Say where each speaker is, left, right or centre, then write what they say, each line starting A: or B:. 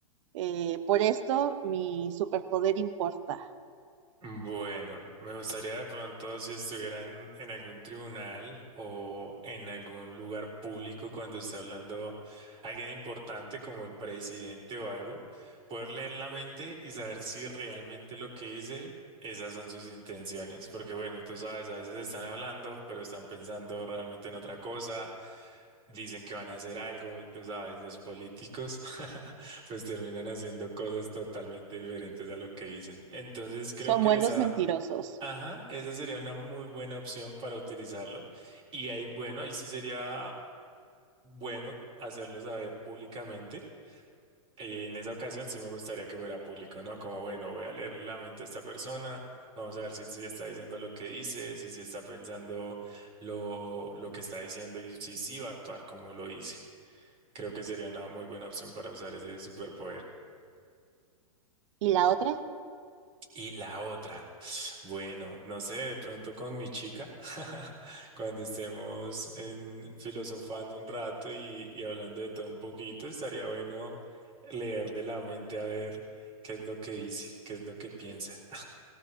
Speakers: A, on the right (about 60°); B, on the right (about 30°).
A: eh, por esto mi superpoder importa.
B: Bueno, me gustaría de pronto si estuvieran en algún tribunal o en algún lugar público cuando está hablando alguien importante como el presidente o algo, poder leer la mente y saber si realmente lo que dice, esas son sus intenciones. Porque bueno, tú sabes, a veces están hablando, pero están pensando realmente en otra cosa, dicen que van a hacer algo y tú sabes, los políticos. <laughs> pues terminan haciendo cosas totalmente diferentes a lo que dicen. Entonces creo
A: Son
B: que
A: buenos
B: esa
A: mentirosos.
B: Ajá, esa sería una muy buena opción para utilizarlo. Y ahí, bueno, ahí sí sería bueno hacerlo saber públicamente. Eh, en esa ocasión sí me gustaría que fuera público, ¿no? Como, bueno, voy a leer la mente de esta persona, vamos a ver si, si está diciendo lo que dice, si, si está pensando lo, lo que está diciendo y si sí va a actuar como lo dice. Creo que sería una muy buena opción para usar ese superpoder.
A: ¿Y la otra?
B: Y la otra, bueno, no sé, de pronto con mi chica, <laughs> cuando estemos en, filosofando un rato y, y hablando de todo un poquito, estaría bueno leerle la mente a ver qué es lo que dice, qué es lo que piensa.